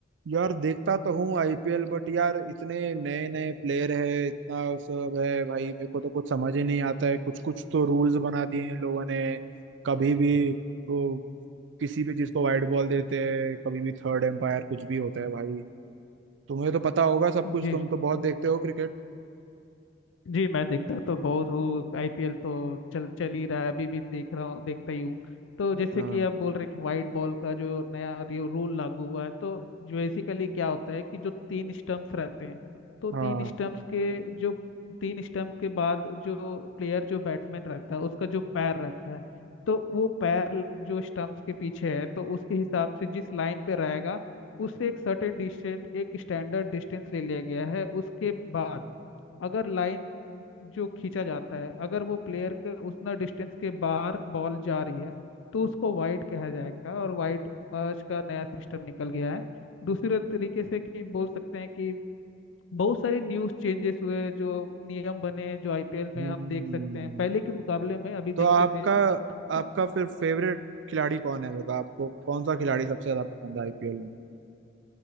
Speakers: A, on the right; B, on the left.
A: यार देखता तो हूँ आईपीएल बट यार इतने नए नए प्लेयर है इतना सब है भाई मेरे को तो कुछ समझ ही नहीं आता है कुछ कुछ तो रूल्स बना दिए हैं लोगों ने कभी भी वो किसी भी चीज को वाइड बॉल देते हैं कभी भी थर्ड एम्पायर कुछ भी होता है भाई तुम्हें तो पता होगा सब कुछ
B: जी
A: तुम तो बहुत देखते हो क्रिकेट
B: जी मैं देखता तो बहुत हूँ आईपीएल तो चल चल ही रहा है अभी भी देख रहा हूँ देखता ही हूँ तो जैसे
A: हाँ
B: कि आप बोल रहे कि वाइट बॉल का जो नया रूल लागू हुआ है तो बेसिकली क्या होता है कि जो तीन स्टंप्स रहते हैं तो तीन
A: हाँ
B: स्टंप्स के जो तीन स्टंप के बाद जो प्लेयर जो बैट्समैन रहता है उसका जो पैर रहता है तो वो पैर जो स्टंप्स के पीछे है तो उसके हिसाब से जिस लाइन पे रहेगा उससे एक सर्टेन डिस्टेंस एक स्टैंडर्ड डिस्टेंस ले लिया गया है उसके बाद अगर लाइन जो खींचा जाता है अगर वो प्लेयर के उतना डिस्टेंस के बाहर बॉल जा रही है तो उसको वाइड कहा जाएगा और वाइड आज का नया सिस्टम निकल गया है दूसरे तरीके से कि बोल सकते हैं कि बहुत सारे न्यूज चेंजेस हुए जो नियम बने जो आईपीएल
A: हम्म
B: में हम देख सकते हैं पहले के मुकाबले में अभी देखते
A: तो आपका
B: थे कि
A: आपका फिर फेवरेट खिलाड़ी कौन है मतलब आपको कौन सा खिलाड़ी सबसे ज्यादा पसंद है आईपीएल